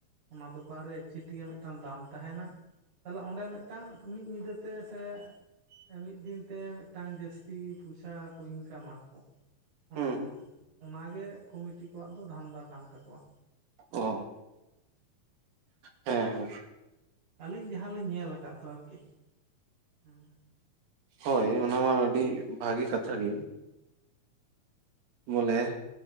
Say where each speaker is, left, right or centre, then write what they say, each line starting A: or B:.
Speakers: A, on the right (about 60°); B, on the right (about 75°).
A: ᱚᱱᱟ ᱫᱚᱠᱟᱱ ᱨᱮ ᱪᱮᱫ <unintelligible> ᱢᱤᱫᱴᱟᱝ ᱫᱟᱢ ᱛᱟᱦᱮᱱᱟ ᱛᱟᱦᱞᱮ ᱚᱸᱰᱮ ᱢᱤᱫᱴᱟᱝ ᱢᱤᱫ ᱧᱤᱫᱟᱹᱛᱮ ᱥᱮ ᱢᱤᱫ ᱫᱤᱱᱛᱮ ᱢᱤᱫᱴᱟᱝ ᱡᱟᱹᱥᱛᱤ ᱯᱚᱭᱥᱟ ᱠᱚ ᱤᱱᱠᱟᱢᱟᱠᱚ ᱚᱱᱰᱮ
B: ᱦᱩᱸ
A: ᱠᱷᱚᱱ ᱚᱱᱟᱜᱮ ᱠᱚᱢᱤᱴᱤ ᱠᱚᱣᱟᱜ ᱫᱚ ᱫᱷᱟᱱᱫᱟ ᱠᱟᱱ ᱛᱟᱠᱚᱣᱟ
B: ᱚ ᱦᱮᱸ ᱦᱮᱸ
A: ᱟᱹᱞᱤᱧ ᱡᱟᱦᱟᱸᱞᱤᱧ ᱧᱮᱞ ᱟᱠᱟᱫ ᱫᱚ ᱟᱨᱠᱤ ᱦᱮᱸ
B: ᱦᱳᱭ ᱚᱱᱟ ᱢᱟ ᱟᱹᱰᱤ ᱵᱷᱟᱹᱜᱤ ᱠᱟᱛᱷᱟ ᱜᱮ ᱵᱚᱞᱮ